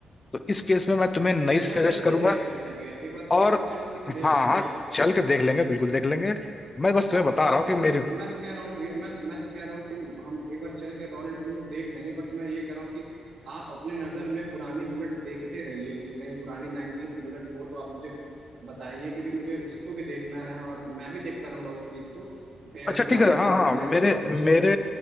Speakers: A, on the left; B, on the right.
A: तो इस केस में मैं तुम्हें नई
B: एक बार
A: सजेस्ट
B: चल
A: करूंगा
B: के देख लेते हैं भैया एक बार
A: और
B: एक बार चल के
A: हाँ
B: देख लेते
A: हाँ
B: हैं
A: चल के देख लेंगे बिल्कुल देख लेंगे मैं बस तुम्हें
B: आप
A: बता
B: आप
A: रहा हूँ
B: एक
A: कि
B: बार
A: मेरी
B: मैं तो कह रहा हूँ ना भैया मैं मैं तो कह रहा हूँ कि हम एक बार चल के रॉयल एनफील्ड में देख लेंगे बट मैं ये कह रहा हूँ कि आप अपने नज़र में पुरानी बुलेट देखते रहिए कि कहीं पुरानी नाइन्टीज की बुलेट हो तो आप मुझे बताइए क्योंकि मुझे उसको भी देखना है और मैं भी देखता रहूंगा उस चीज़ को कि कहीं अगर
A: अच्छा
B: पुरानी
A: ठीक है
B: बुलेट
A: हाँ हाँ
B: मिल जाए तो
A: मेरे
B: बहुत अच्छी
A: मेरे
B: है